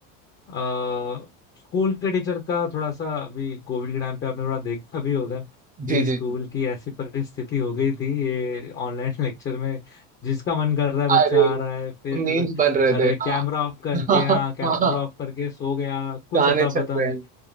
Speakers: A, on the left; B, on the right.
A: अ, स्कूल के टीचर का थोड़ा सा अभी कोविड के टाइम पे आपने थोड़ा देखा भी होगा
B: जी
A: कि स्कूल
B: जी
A: की ऐसी परिस्थिति हो गई थी ये ऑनलाइन <laughs> लेक्चर में जिसका मन कर रहा है बच्चा
B: अरे
A: आ रहा है फिर
B: मीम्स बन रहे
A: अरे
B: थे
A: कैमरा
B: हाँ
A: ऑफ करके
B: <laughs> हाँ
A: हाँ कैमरा
B: हाँ
A: ऑफ करके सो गया कुछ
B: गाने
A: अता
B: चल
A: पता
B: रहे
A: नहीं
B: हैं